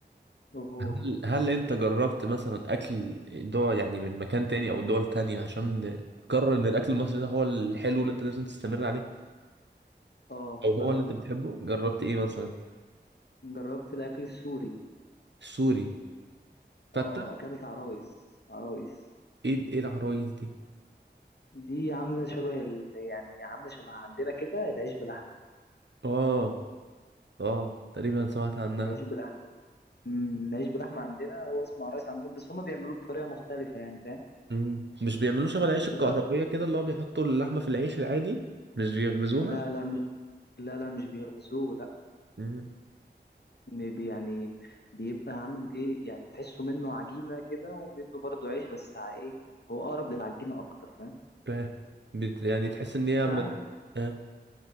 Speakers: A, on the left (about 65°); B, on the right (about 75°).
A: أوه.
B: هل هل أنت جربت مثلا أكل دول يعني من مكان تاني أو دول تانية عشان تقرر إن الأكل المصري ده هو الحلو اللي أنت لازم تستمر عليه
A: اه
B: أو هو
A: جربت
B: اللي أنت بتحبه جربت إيه مثلا
A: جربت الاكل السوري
B: سوري فتة
A: اه اكلت عرايس عرايس
B: إيه إيه العرايس دي
A: دي عامله شبه ال... يعني عامله شبه عندنا كده العيش بلحمه
B: آه آه تقريبا سمعت عنها
A: العيش بلحمه مم، نعيش باللحمة عندنا هو اسمه عرايس عندهم بس هما بيعملوه بطريقة مختلفة يعني فاهم
B: مم. مش بيعملوه شبه العيش الكهربية
A: وج-
B: كده اللي هو بيحطوا اللحمة في العيش العادي مش بيخبزوها
A: لا لا مش لا لا مش بيخبزوه لا
B: مم.
A: م- بي- يعني بيبقى عامل ايه يعني تحسه منه عجينة كده ومنه برضه عيش بس ع- ايه هو أقرب للعجينة أكتر فاهم
B: فاهم. بت- يعني تحس ان هي
A: وساعات
B: م-
A: يعني
B: آه.